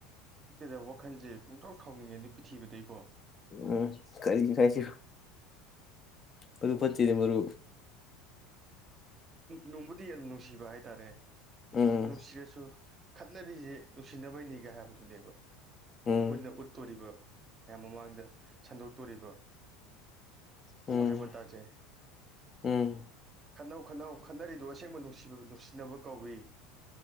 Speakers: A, on the right; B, on the left.
A: ꯗ ꯋꯥꯈꯟꯁꯦ ꯄꯨꯡꯆꯥꯎ ꯁꯥꯎꯅꯤꯡꯉꯦ ꯑꯗꯨ ꯄꯤꯊꯤꯕꯗꯩꯀꯣ
B: ꯎꯝ ꯈꯥꯏꯁꯤ ꯈꯥꯏꯁꯤ ꯑꯗꯨ ꯐꯤꯗꯤ ꯃꯔꯔ
A: ꯅꯣꯡꯕꯨꯗꯤ ꯌꯥꯝ ꯅꯨꯡꯁꯤꯕ ꯍꯥꯏꯇꯥꯔꯦ
B: ꯎꯝ
A: ꯅꯨꯡꯁꯤꯔꯦꯁꯨ ꯈꯠꯅꯔꯤꯁꯦ ꯅꯨꯡꯁꯤꯅꯕꯩꯅꯤꯒ ꯍꯥꯏꯕꯗꯨꯅꯦꯕ
B: ꯎꯝ
A: ꯑꯩꯈꯣꯏꯅ ꯎꯠꯇꯣꯔꯤꯕ ꯃꯌꯥꯝ ꯃꯃꯥꯡꯗ ꯁꯟꯗꯣꯛꯇꯣꯔꯤꯕ
B: ꯎꯝ
A: ꯋꯥꯍꯤꯕꯇꯥꯆꯦ
B: ꯎꯝ
A: ꯈꯟꯅꯧ ꯈꯠꯅꯔꯤꯗꯣ ꯑꯁꯦꯡꯕ ꯅꯨꯡꯁꯤꯕ ꯅꯨꯡꯁꯤꯅꯕ ꯀꯧꯏ